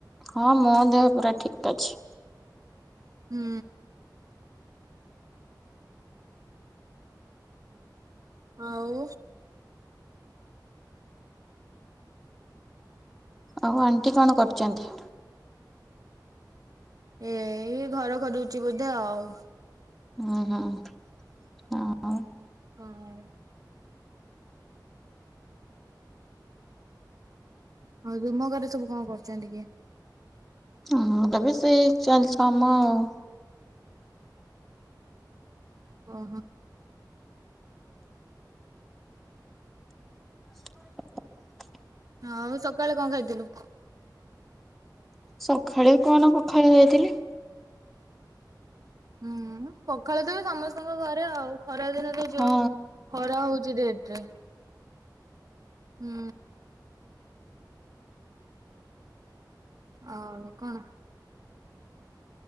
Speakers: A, in the centre; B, on the right.
A: ହଁ ମୋହ ଦେହ ପୁରା ଠିକ ଅଛି।
B: ହୁଁ। ଆଉ।
A: ଆଉ ଆଣ୍ଟି କଣ କରୁଚନ୍ତି?
B: ଏ ଘର ଖରୁଚି ବୋଧେ ଆଉ।
A: ଅହ ଆଉ କଣ?
B: କଣ ଏ? ହଉ ତୁମୋ ଘରେ ସବୁ କଣ କରୁଛନ୍ତି କିଏ?
A: ହଁ ଏବେ ସେଇ ଚାଲିଛ ଆମ ଆଉ।
B: ଓହୋ।
A: <unintelligible>
B: ଆଉ ସକାଳେ କଣ ଖାଇଥିଲୁ?
A: ସଖାଳେ କଣ ପଖାଳ ହେଇଥିଲା।
B: ହୁଁ ପଖାଳ ତ ସମସ୍ତଙ୍କ ଘରେ ଆଉ। ଖରା ଦିନ ତ ଯୋଉ
A: ହଁ।
B: ଖରା ହଉଛି ଡେଟ ରେ। ହୁଁ। ଆଉ କଣ?